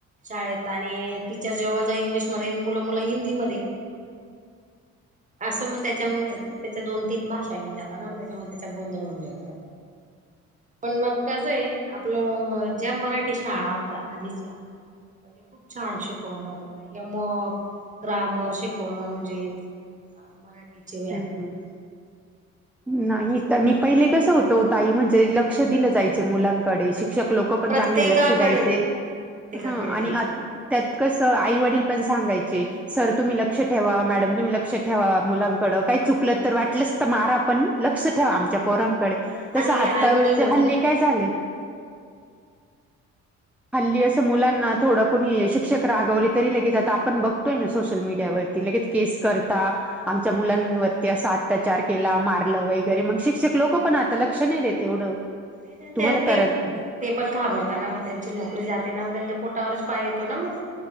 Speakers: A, on the right; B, in the centre.
A: शाळेत आणि टीचर जवळच इंग्लिशमध्ये अनं मुलं मुलं हिंदीमध्ये
B: <inaudible>
A: असं म त्याच्यामुळे ये ना, त्याच्या दोन तीन भाषा येऊन जाता ना, म त्याच्यामुळे त्याचा गोंधळ होऊन जातो. पण मग कसं ये, आपलं ज्या मराठी शाळा होत्या आधीच्या म्हणजे खूप छान शिकवण होत. यमक, ग्रामर शिकवणं म्हणजे अ मराठीचे व्याकरण
B: हम्म.
A: मराठीचे
B: नाही,
A: सगळं
B: त्यानी पहिले
A: म्हणजे
B: कस होतो ओ ताई म्हणजे, लक्ष दिलं जायच मुलांकडे शिक शिक्षक लोक पण
A: प्रत्येकाकडे
B: चांगले लक्ष द्यायचे.
A: प्रत्येकाकडे
B: ह आणि
A: द्यायचं
B: आत त्यात कसं आई वडील पण सांगायचे, सर तुम्ही लक्ष ठेवा. मॅडम तुम्ही लक्ष ठेवा. मुलां कड काय चुकलं तर, वाटल्यास त मारा पण लक्ष ठेवा. आमच्या पोरांकडे. तसं
A: आणि
B: आताचे
A: आई वडील नाही
B: हल्ली काय झालंय हल्ली असं, मुलांना थोडं कोणी शिक्षक रागवले. तरी लगेच आता आपण बघतोय ना, सोशल मीडियावर ती. लगेच केस करता. आम मुलांवरती असा अत्याचार केला. मारलं वगैरे मंग शिक्षक लोक पण आता लक्ष नाय देत एवढं
A: नय न
B: तुम्हाला
A: त्यक त्यक
B: करत
A: ते पण घाबरता ना, म त्यांची नोकरी जाते ना, म त्यांच्या पोटावरच पाय येतो ना म